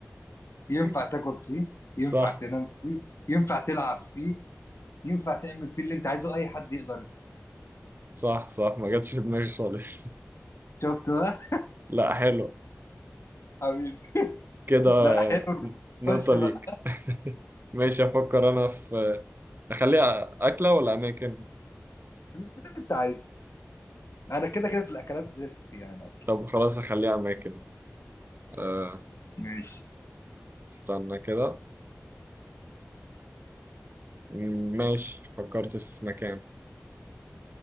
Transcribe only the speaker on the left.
ينفع
تاكل فيه ينفع
تنام فيه ينفع تلعب فيه ينفع تعمل فيه اللي انت عايزه اي حد يقدر يدخل
شفت بقى
<laughs> حبيبي
لا حلو
خش
بقى
اللي انت عايزه انا كده كده في الاكلات زفت يعني اصلا
ماشي